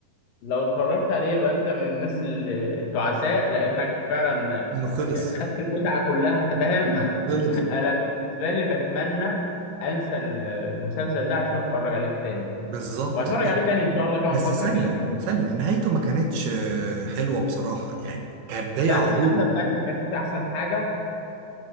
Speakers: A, on the left; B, on the right.
A: لو اتفرجت عليه يبقى انت من الناس ال- التعساء لانك فعلا
B: انه خلص
A: آه، خدت المتعه كلها انت فاهم <laughs>
B: خلص
A: انا بالنسبه لي بتمنى انسى ال- المسلسل ده عشان اتفرج عليه تاني
B: بالظبط
A: وهتفرج
B: لا
A: عليه تاني ان شاء الله كمان
B: بس
A: فتره
B: ثانيه
A: كده يعني.
B: ثانيه نهايته ما كانتش آه، حلوه بصراحه يعني كانت بدايه
A: لا
B: عظيمه
A: القفله بتاعته ما كانتش احسن حاجه